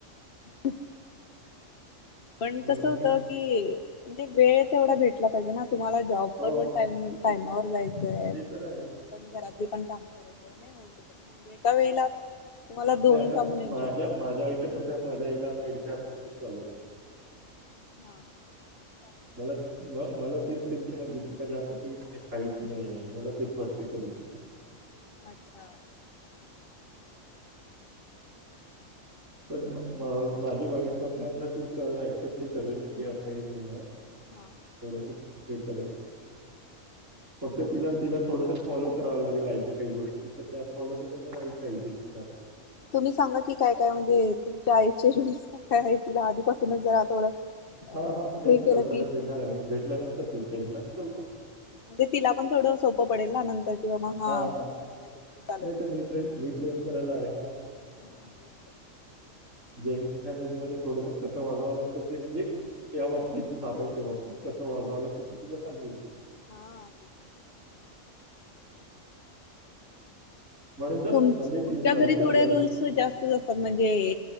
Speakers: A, on the left; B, on the right.
A: ह पण
B: म्हणून
A: कसं होतं
B: मी
A: की म्हणजे वेळ तेवढा भेटला पाहिजे ना तुम्हांला जॉब
B: हो,
A: वर पण
B: हो.
A: टाईम टाईमांवर
B: ते
A: जायचंय
B: ते तर आहे.
A: पण घरातली पण कामं करायचंय नाही होऊ शकत म्हणजे एका वेळेला तुम्हांला
B: नाही
A: दोन
B: आता
A: कामं
B: म-
A: न येेऊ
B: माझ्या
A: शकतात
B: माझ्या <unintelligible>
A: हां
B: मला म मला तेच टेन्शन आहे दीपिकाच्या हातातून खाईल की नाही आहे मला तेच वाटते कधी कधी
A: अच्छा
B: पण माझी वाईफ म्हटल्यानंतर ती ऍक्सेप्ट करेल की असंही नाही आहे
A: हां
B: थोडंसं हे करेल फक्त तिला तिला थोडंसं फॉलो करावं लागेल आईच्या काही गोष्टी तर त्या फॉलो केल्या तर ऐकाहियजे तिच्या
A: तुम्ही सांगा की काय काय म्हणजे तुमच्या आईचे रूल्स काय काय आहे तिला आधीपासूनच जरा थोडं अ
B: हा हा नाही
A: हे
B: त
A: केलं
B: कल्पना
A: की
B: देणार आहे मी भेटल्यानंतर देता येईल ना ती कल्पना
A: म्हणज तिला पण थोडं सोपं पडेल ना नंतर कि बाबा
B: हा
A: ह्यांना
B: हा
A: ह्या ह्या गोष्टी चालत
B: नाही तर
A: नाहीत.
B: मी ट्रेन
A: किंवा
B: मी ट्रेन ला आहे ना
A: हा तेच तर
B: जय नमध्ये थडस कसं वाजावं लागतं ते म्हणजे या बाबतीत थापायच्या बाबतीत कसं वाजाव लाग क त तिला सांगल
A: हा ते
B: म्हणून तर
A: तु
B: म्हणजे
A: तुमच्या
B: ती लग्न
A: घरी थोडे
B: लग्न
A: रूल्स जास्त असतात म्हणजे